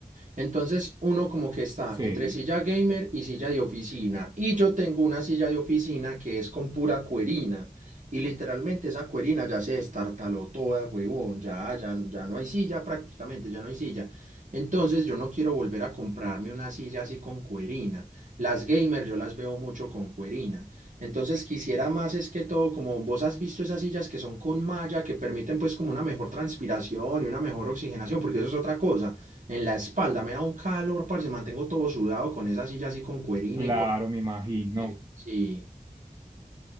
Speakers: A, on the right; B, on the right.
A: Entonces uno como que está
B: Sí,
A: entre Sí. silla gamer y silla de oficina. Y yo tengo una silla de oficina que es con pura cuerina. Y literalmente esa cuerina ya se destartaló toda, huevón. Ya, ya, ya no hay silla prácticamente, ya no hay silla. Entonces yo no quiero volver a comprarme una silla así con cuerina. Las gamer yo las veo mucho con cuerina. Entonces quisiera más es que todo, como vos has visto esas sillas que son con malla, que permiten pues como una mejor transpiración y una mejor oxigenación, porque eso es otra cosa. En la espalda me da un calor, parce, mantengo todo sudado con esa silla así con cuerina
B: claro,
A: y Sí. con...
B: me imagino.
A: eh, Sí.